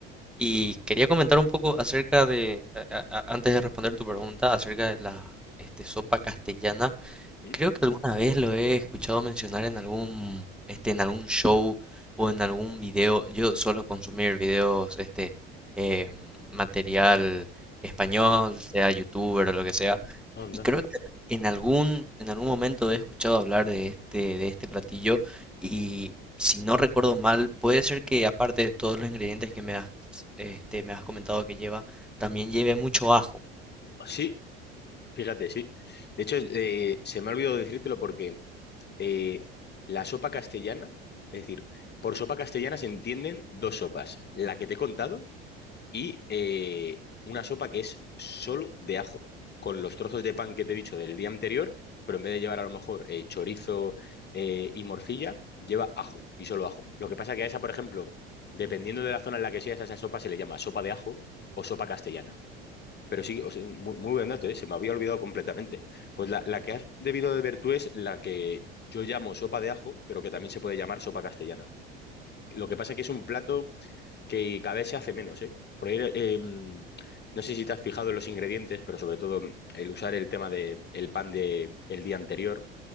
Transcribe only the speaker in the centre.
y quería comentar un poco acerca de, a- a- antes de responder tu pregunta, acerca de la, este, sopa castellana.
Creo que alguna vez lo he escuchado mencionar en algún, este, en algún show o en algún video. Yo suelo consumir videos, este, eh, material español, sea youtuber o lo que sea.
Y creo que en algún, en algún momento he escuchado hablar de este, de este platillo. Y si no recuerdo mal, puede ser que aparte de todos los ingredientes que me has, este, me has comentado que lleva, también lleve mucho ajo.